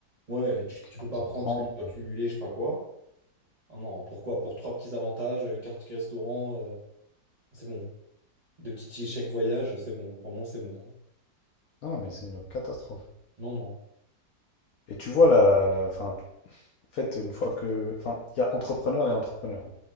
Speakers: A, on the right; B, on the left.
A: Ouais, tu,
B: ou 15
A: tu peux pas prendre
B: ou 30.
A: parce que tu dois
B: ou-
A: cumuler, je sais pas quoi. Ah non, pourquoi? Pour trois petits avantages, une carte ticket restaurant, euh, c'est bon. Deux petits tickets chèque voyage, c'est bon. Vraiment, c'est bon, quoi.
B: Non, non, mais c'est une catastrophe.
A: Non, non.
B: Et tu vois là, enfin, tu- en fait, une fois que. Enfin, il y a entrepreneur et entrepreneur.